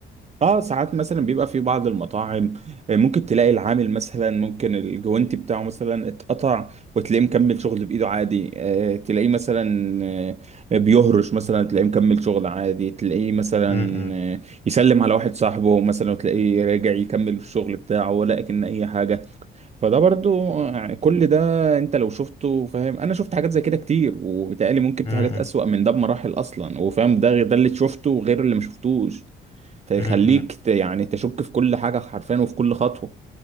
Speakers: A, on the right; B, on the left.
A: اه ساعات مثلا بيبقى في بعض المطاعم آه، ممكن تلاقي العامل مثلا ممكن الجوانتي بتاعه مثلا اتقطع وتلاقيه مكمل شغل بايده عادي آه، تلاقيه مثلا آه، بيهرش مثلا تلاقيه مكمل شغل عادي تلاقيه مثلا
B: امم امم
A: آه، يسلم على واحد صاحبه مثلا وتلاقيه راجع يكمل الشغل بتاعه ولا اكن اي حاجة فده برضو آه، كل ده انت لو شفته فاهم انا شفت حاجات زي كده كتير وبالتالي ممكن
B: امم
A: في حاجات اسوأ من ده بمراحل اصلا وفاهم ده ده اللي شفته غير اللي ما شفتوش تخليك
B: إمم، إمم، إمم.
A: ت- يعني تشك في كل حاجة حرفيا وفي كل خطوة